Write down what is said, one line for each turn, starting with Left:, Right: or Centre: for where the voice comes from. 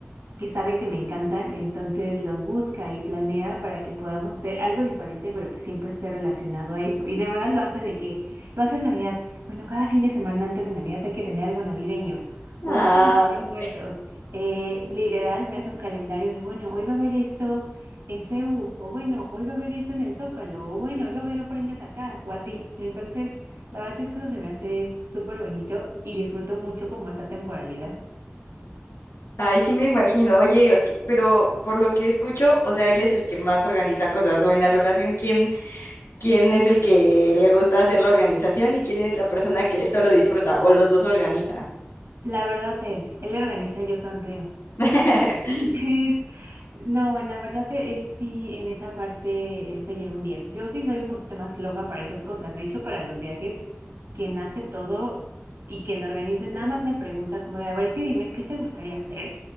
Right: que sabe que me encantan, entonces los busca y planea para que podamos hacer algo diferente, pero que siempre esté relacionado a eso. Y de verdad lo hace de que va a ser Navidad. Bueno, cada fin de semana antes de Navidad hay que tener algo navideño.
Left: Ah.
Right: O antes de Día de Muertos. Eh, literal, me hace un calendario de, bueno, hoy va a haber esto en CU, o bueno, hoy va a haber esto en el Zócalo, o bueno, hoy va a haber ofrendas acá, o así. Entonces, la verdad es que eso se me hace súper bonito y disfruto mucho como esa temporalidad.
Left: Ay, sí me imagino. Oye, ok, pero por lo que escucho, o sea, él es el que más organiza cosas o en la relación, ¿quién, quién es el que le gusta hacer la organización y quién es la persona que solo disfruta o los dos organizan?
Right: La verdad, él, él organiza, yo sonreo.
Left: <laughs>
Right: <laughs> Entonces, no, la verdad, él sí, en esa parte, él se lleva un 10. Yo sí soy un poquito más floja para esas cosas. De hecho, para los viajes, quien hace todo y quien organiza, nada más me pregunta como de, a ver, sí, dime, ¿qué te gustaría hacer?